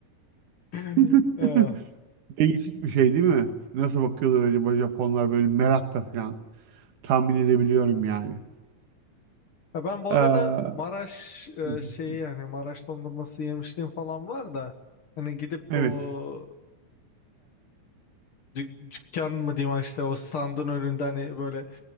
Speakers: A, on the left; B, on the right.
A: <laughs>
B: <laughs>
A: Ee,
B: değişik bir şey değil mi? Nasıl bakıyorlar acaba Japonlar böyle merakla falan tahmin edebiliyorum yani.
A: ya Ben bu
B: Ee,
A: arada
B: hı
A: Maraş
B: hı.
A: e, şeyi yani Maraş dondurması yemişliğim falan var da hani gidip
B: evet.
A: o dük- dükkan mı diyeyim hani işte o standın önünde hani böyle